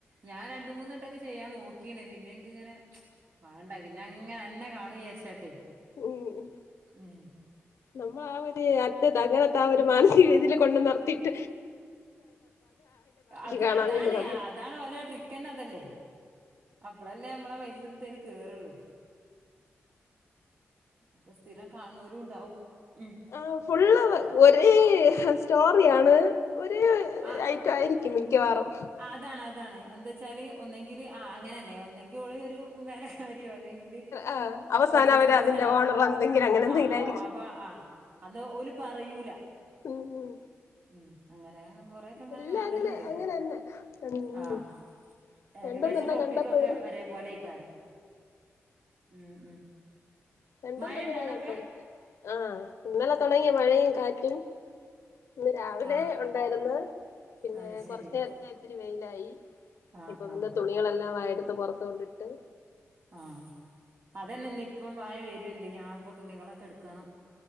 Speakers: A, on the right; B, on the left.
A: ഞാൻ രണ്ട് മൂന്നട്ടൊക്കെ ചെയ്യാൻ നോക്കീണ് പിന്നെ. ഇങ്ങനെ വാണ്ട പിന്നെ അങ്ങനെ അതന്നെ കാണും വിചാരിച്ചാട്ടെ.
B: ഉം ഉ
A: ഉം
B: നമ്മൾ ആഹ് ഒരു അറ്റത്ത് അങ്ങനത്തെ ആ ഒരു മാനസിക വദയില് കൊണ്ട് നിർത്തിട്ട്.
A: അപ്പി
B: കാണാൻ
A: അതാണ്
B: വേണ്ടി നമ്മൾ
A: അതാണ് ഓലെ ട്രിക്കന്നെ അതല്ലേ? അപ്പളല്ലേ നമ്മളാ പൈസ കൊട്ത്തയില് കേറുള്ളൂ. പ്പൊ സ്ഥിരം കാണുന്നവരുണ്ടാവും ഉ
B: ആഹ് ഫുള്ള് ഒരേ സ്റ്റോറിയാണ്. ഒരു
A: ആ
B: ഐറ്റം ആയിരിക്കും മിക്കവാറും.
A: അതാണ് അതാണ് എന്താ വച്ചാൽ ഒന്നെങ്കില് ആ അങ്ങനെ തന്നെയ ഒന്നെങ്കിൽ ഓള്. ഒരു വേലക്കാരിയോ അല്ലെങ്കിൽ
B: ആ അവസാനം
A: ഓഫീസിലെ
B: അവര് അതിന്റെ
A: സ്‌റ്റാഫോ
B: ഓണർ എന്തെങ്കിലും അങ്ങനെ
A: ആഹ്
B: എന്തെങ്കിലും
A: ആ
B: ആയിരിക്കും
A: അപ്പ ആഹ് അത് ഒല് പറയൂല.
B: ഉം ഉം
A: ഉം അങ്ങനെ കൊറേ ഒക്കെ അങ്ങനെ
B: എല്ലാം
A: കാണല്ണ്ട്
B: അങ്ങനെ തന്നെ ഉം
A: ആഹ് ഏകദേശം
B: രണ്ടും തന്നെ
A: ട്രോപ്പിക്കൊക്കെ
B: കണ്ടപ്പോഴും
A: ഒരേ പോലെആക്കാരും ഉം ഉം
B: രണ്ട്
A: മഴണ്ടോ
B: മൂന്നെണ്ണം ഞാൻ
A: അവിടൊക്കെ
B: കണ്ട് നോക്കി ആഹ് ഇന്നല്ലെ തുടങ്ങിയ മഴയും കാറ്റും. ഇന്ന് രാവിലെ
A: ആ
B: ഉണ്ടായിര്ന്ന്. പിന്നെ
A: അത് ശരി
B: കൊറച്ച് നേരത്തെ ഇത്തിരി വെയിലായി.
A: ആ
B: അപ്പൊ
A: ആ
B: പിന്നെ തുണികളെല്ലാംവാഎടുത്ത് പൊറത്തോട്ടിട്ട്.
A: ആഹ് അതന്നെ ന്ന് പ്പം മയ വര്ണ്ട്. ഞാ പ്പൊ തുണികളൊക്കെട്ക്കണം.